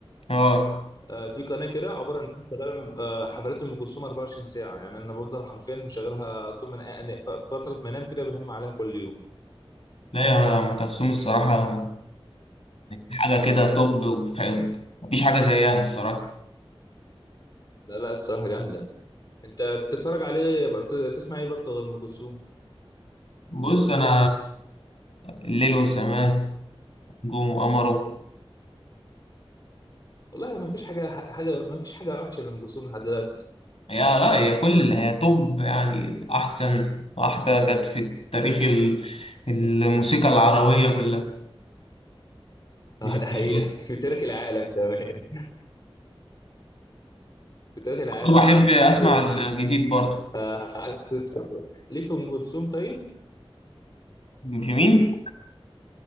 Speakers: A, on the left; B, on the left.
A: آه
B: آه، في قناه كده عباره ان انت شغاله آه، حفلات ام كلثوم 24 ساعه يعني انا بفضل حرفيا مشغلها طول ما انا أنا- ف- فتره ما انام كده بنهم عليها كل يوم
A: لا يا أم كلثوم الصراحة حاجة كده توب وفي- مفيش حاجة زيها الصراحة
B: لا لا الصراحة جامدة انت بتتفرج عليه بت- بتسمع ايه برضه غير ام كلثوم
A: بص انا الليل وسماه نجوم وقمره
B: والله ما فيش حاجة حاجة ما فيش حاجة وحشة لأم كلثوم لحد دلوقتي
A: هي لا هي كل هي توب يعني احسن واحده جت في تاريخ ال- الموسيقى العربيه كلها
B: <laughs>
A: مش
B: اه
A: برضه
B: ده حقيقة <laughs> في تاريخ العالم كمان في تاريخ العالم
A: بحب
B: حرفيا
A: اسمع الجديد
B: ايوه
A: برضه
B: آه، قعدت تتفرج. ليك في ام كلثوم طيب
A: جميل